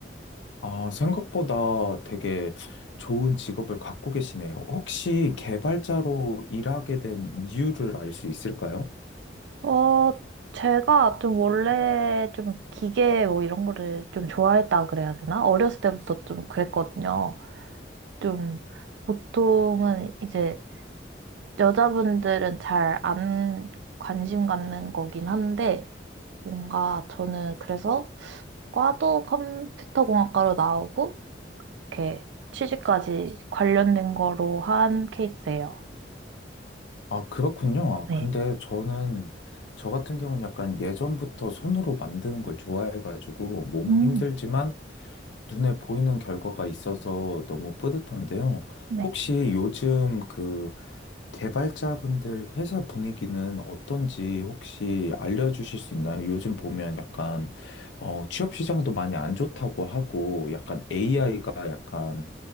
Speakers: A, on the left; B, on the right.
A: 아, 생각보다 되게 좋은 직업을 갖고 계시네요. 혹시 개발자로 일하게 된 이유를 알 수 있을까요?
B: 어, 제가 좀 원래 좀 기계 뭐 이런 거를 좀 좋아했다 그래야 되나? 어렸을 때부터 좀 그랬거든요. 좀 보통은 이제 여자분들은 잘 안 관심 갖는 거긴 한데, 뭔가 저는 그래서 과도 컴퓨터공학과로 나오고, 이렇게 취직까지 관련된 거로 한 케이스예요.
A: 아, 그렇군요. 아,
B: 네.
A: 근데 저는, 저 같은 경우는 약간 예전부터 손으로 만드는 걸 좋아해가지고, 몸은
B: 음,
A: 힘들지만 눈에 보이는 결과가 있어서 너무 뿌듯한데요.
B: 네.
A: 혹시 요즘 그 개발자분들 회사 분위기는 어떤지 혹시 알려주실 수 있나요? 요즘 보면 약간 어, 취업 시장도 많이 안 좋다고 하고 약간 AI가 약간